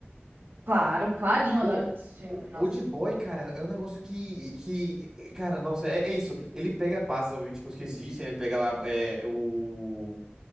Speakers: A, on the right; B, on the right.
A: Claro, clarinho, eu
B: Pô,
A: adoro esse filme,
B: o
A: nossa.
B: Old Boy, cara, é um negócio que, que cara, nossa, é, é isso. Ele pega bases, obviamente, coisas que existem, ele pega lá é, o,